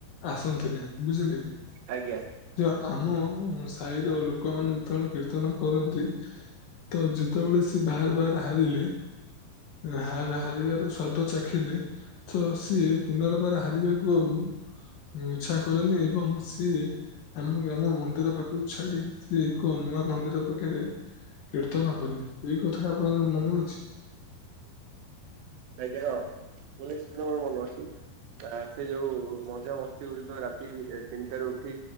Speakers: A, on the left; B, on the right.
A: ଆସନ୍ତିନି। ବୁଝିଲେ କି?
B: ଆଜ୍ଞା।
A: ଆମ ସାହିର ଲୋକମାନେ ଯେତେବେଳେ କୀର୍ତ୍ତନ କରନ୍ତି ତ ଯେତେବେଳେ ସେ ବାର ବାର ହାରିଲେ ହା ହାର ହାରିବାର ସ୍ଵାଦ ଚାଖିଲେ ତ
B: ଆଜ୍ଞା
A: ସିଏ ପୁନର ବାର ହାରିବାକୁ ଆଉ ଇଚ୍ଛା କଲେନି ଏବଂ ସିଏ ଆମ ଗ୍ରାମ ମନ୍ଦିର ପାଖକୁ ଛାଡ଼ି ସିଏ ଏକ ନୂଆ ମନ୍ଦିର ପାଖେ ରେ କୀର୍ତ୍ତନ କଲେ। ଏଇ କଥାଟା ଆପଣଙ୍କର ମନେ ଅଛି?
B: ଆଜ୍ଞା ହଁ। <unintelligible> ମୋର ମନେ ଅଛି। ସେ ଯୋଉ ମଝା ମସ୍ତି ଗୁଡ଼ିକ ରାତି ତିନିଟାରୁ ଉଠି